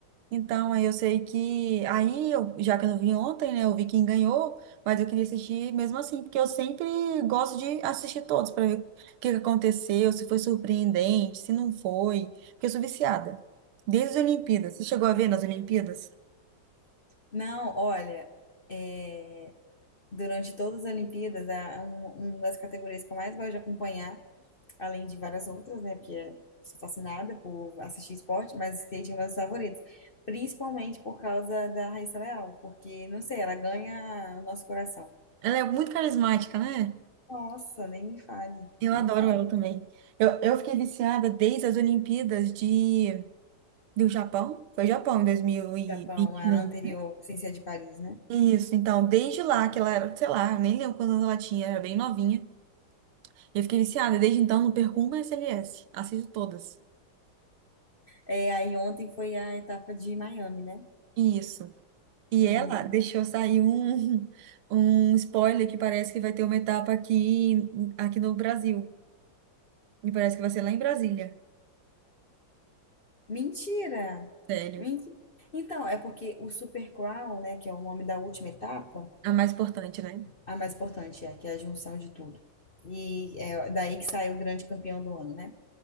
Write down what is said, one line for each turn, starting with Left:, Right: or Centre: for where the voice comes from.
Right: Então, aí eu sei que. Aí, eu, já que eu não vi ontem, né? Eu vi quem ganhou, mas eu queria assistir mesmo assim, porque eu sempre gosto de assistir todos para ver o que que aconteceu, se foi surpreendente, se não foi. Porque eu sou viciada. Desde as Olimpíadas. Você chegou a ver nas Olimpíadas?
Left: Não, olha, é, durante todas as Olimpíadas, a, um- uma das categorias que eu mais gosto de acompanhar, além de várias outras, né? Porque eu sou fascinada por assistir esporte, mas skate é uma das favoritas Principalmente por causa da Raíssa Leal, porque, não sei, ela ganha o nosso coração.
Right: Ela é muito carismática, né?
Left: Nossa, nem me fale,
Right: Eu
Left: nem
Right: adoro
Left: me fale.
Right: ela também. Eu, eu fiquei viciada desde as Olimpíadas de, do Japão. Foi Japão em 2021.
Left: Japão, a anterior, sem ser a de Paris, né?
Right: Isso, então, desde lá que ela era, sei lá, nem lembro quantos anos ela tinha, era bem novinha. Eu fiquei viciada, e desde então não perco uma SLS, assisto todas.
Left: É, aí ontem foi a etapa de Miami, né?
Right: Isso. E
Left: Uhum.
Right: ela deixou sair um, <laughs> um spoiler que parece que vai ter uma etapa aqui, aqui no Brasil. E parece que vai ser lá em Brasília.
Left: Mentira!
Right: Sério.
Left: Mentira! Então, é porque o Super Crown, né, que é o nome da última etapa,
Right: A mais importante, né?
Left: A mais importante é, que é a junção de tudo. E é daí que saiu o grande campeão do ano, né?